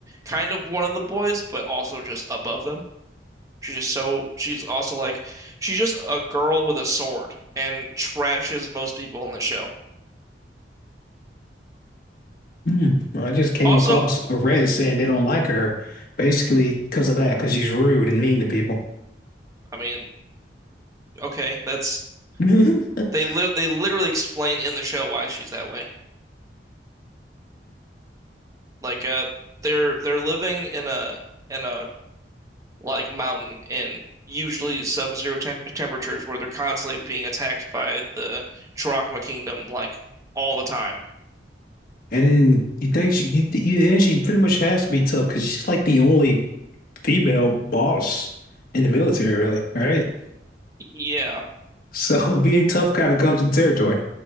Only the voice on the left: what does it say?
mm I just came
across a Reddit saying they don't like her, basically because of that, because she's rude and mean to people.
<laughs>
And you think she, you, you, and she pretty much has to be tough because she's like the only female boss in the military, really. All right.
So <laughs> being tough kind of comes with territory.